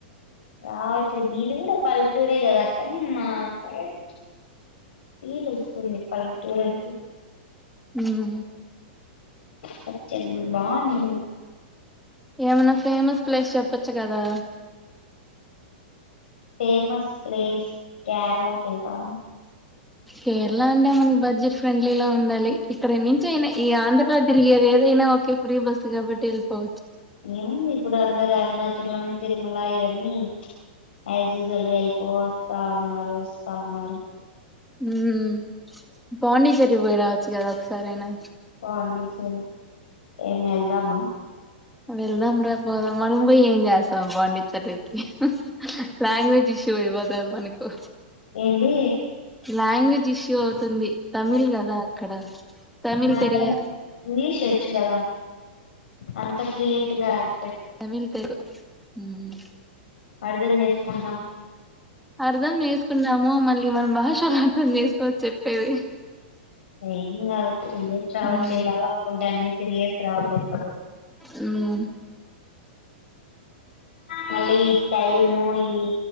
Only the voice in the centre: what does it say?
ఉమ్
ఏమన్నా ఫేమస్ ప్లేస్ చెప్పొచ్చు గదా
కేరళ అంటే మనకి బడ్జెట్ ఫ్రెండ్లీలా ఉండాలి ఇక్కడ నుంచి అయినా ఈ ఆంధ్ర లో తిరిగేది ఏదై అదైనా ఓకే ఫ్రీ బస్సు కాబట్టి ఎళ్లిపో
ఉమ్ పాండిచ్చేరి పోయి రావచ్చు కదా ఒకసారి అయినా
వెళ్దాం రాపోదాం మనం పోయి ఏం చేస్తాం పాండిచ్చేరికి లాంగ్వేజ్ ఇ ష్యువైవోతది మనకు
లాంగ్వేజ్ ఇష్యూ అవుతుంది తమిళ్ కదా అక్కడ తమిళ్
తెరియ
తెవిల్తెరు మ్మ్
అర్ధం జేసుకున్నాము మళ్ళీ మన భాషలో అర్థం జేసుకోవచ్చు చెప్పేది
ఉమ్
ఉమ్మ్